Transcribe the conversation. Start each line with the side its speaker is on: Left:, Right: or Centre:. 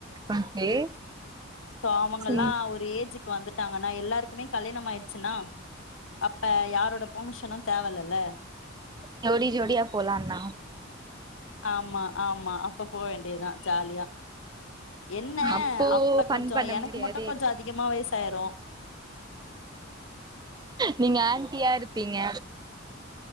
Right: ஓகே
Left: சோ அவுங்கல்லாம்
Right: ம்
Left: ஒரு ஏஜுக் வந்துட்டாங்கன்னா எல்லாருக்குமே கல்யாணம் ஆயிடுச்சுனா இப்ப யாரோட பொர்மிஷனும் தேவயில்லல
Right: ஜோடி ஜோடியா போலான்னா
Left: ஆமா ஆமா அ அப்ப போக வேண்டியதுதான் ஜாலியா என்ன
Right: அப்போ
Left: அப்ப
Right: ஃபன்
Left: கொஞ்சம்
Right: பண்ண
Left: எனக்கு
Right: முடியாதே
Left: மட்டும் கொஞ்சம் அதிகமா வயசாயிரும்
Right: நீங்க ஆன்ட்டியா இருப்பீங்க